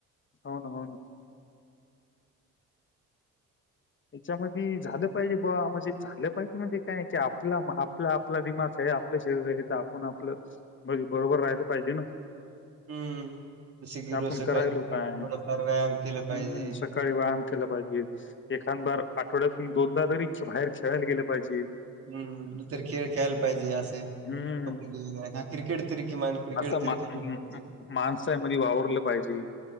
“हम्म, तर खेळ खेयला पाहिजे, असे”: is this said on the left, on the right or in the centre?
Right